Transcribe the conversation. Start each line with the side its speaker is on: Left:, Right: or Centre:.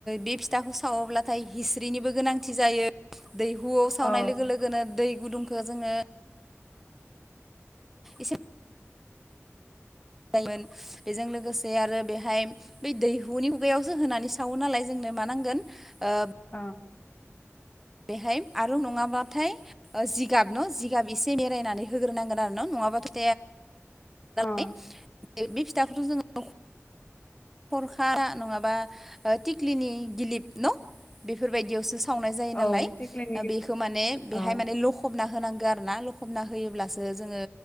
Centre: बे फिथाखौ सावोब्लाथाय हिस्रिनिबो गोनांथि जायो गो दैहुआव
Left: औ
Centre: सावनाय लोगो लोगोनो दै गुदुंखो जोङो एसे जायोमोन बेजों लोगोसे आरो बेहाय बै दैहुनि खुगायावसो होनानै सावो नालाय जों मा नांगोन ओ
Left: औ
Centre: बेहाय आरो नङाबाथाय ओ जिगाब न' जिगाब एसे मेरायनानै होग्रोनांगोन आरो न' नङाबाथ'
Left: अ
Centre: द <unintelligible> बे फिथाखौथ' जोङो खरखा नङाबा थिक्लिनि गिलिप न' बेफोरबायदियावसो सावनाय जायो नालाय
Left: औ थिख्लिनि
Centre: बेखो माने बेहाय
Left: औ
Centre: माने लखबना होनांगो आरोना लखबना होयोब्लासो जोङो